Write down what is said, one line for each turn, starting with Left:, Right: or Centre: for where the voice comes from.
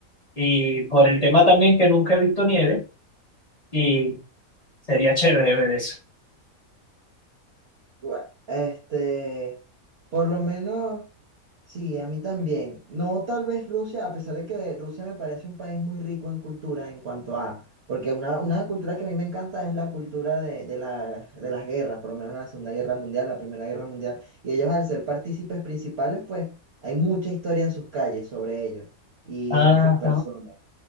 Left: Y por el tema también que nunca he visto nieve y sería chévere ver eso.
Right: Bueno, este, por lo menos, sí, a mí también. No tal vez Rusia, a pesar de que Rusia me parece un país muy rico en cultura en cuanto a, porque una, una cultura que a mí me encanta es la cultura de, de, la- de las guerras, por lo menos la Segunda Guerra Mundial, la Primera Guerra Mundial, y ellos al ser partícipes principales, pues hay mucha historia en sus calles sobre ellos y
Left: Ajá,
Right: en sus personas.